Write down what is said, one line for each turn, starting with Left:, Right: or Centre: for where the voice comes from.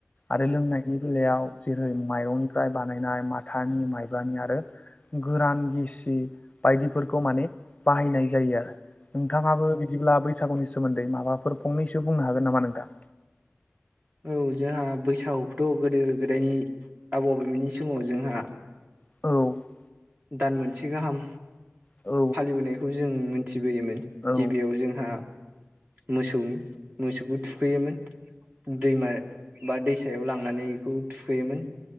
Left: आरो लोंनायनि बेलायाव जेरै माइरंनिफ्राय बानायनाय माथानि माइब्रानि आरो गोरान गिसि बायदिफोरखौ माने बाहायनाय जायो आरो नोंथाङाबो बिदिब्ला बैसागुनि सोमोन्दै माबाफोर फंनैसो बुंनो हागोन नामा नोंथां?
Right: औ जोंहा बैसागुखौथ' गोदो गोदायनि आबौ आबैमोननि समाव जोंहा
Left: औ
Right: दान मोनसे गाहाम
Left: औ
Right: फालिबोनायखौ जों मोनथिबोयोमोन
Left: औ
Right: गिबियाव जोंहा मोसौनि मोसौखौ थुखैयोमोन दैमा बा दैसायाव लांनानै बेखौ थुखैयोमोन